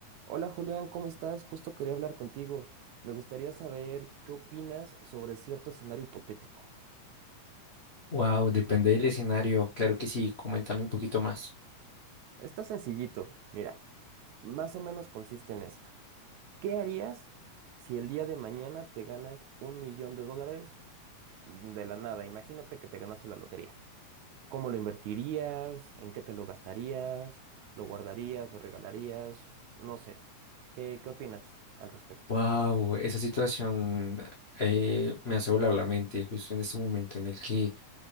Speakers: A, on the right; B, on the left.
A: Hola Julián, ¿cómo estás? Justo quería hablar contigo. Me gustaría saber qué opinas sobre cierto escenario hipotético.
B: Wow, depende del escenario. Claro que sí, coméntame un poquito más.
A: Está sencillito, mira, más o menos consiste en esto. ¿Qué harías si el día de mañana te ganas un millón de dólares de la nada? Imagínate que te ganaste la lotería. ¿Cómo lo invertirías? ¿En qué te lo gastarías? ¿Lo guardarías? ¿Lo regalarías? No sé. ¿Qué, qué opinas al respecto?
B: Wow, esa situación eh, me hace volar la mente justo en este momento en el que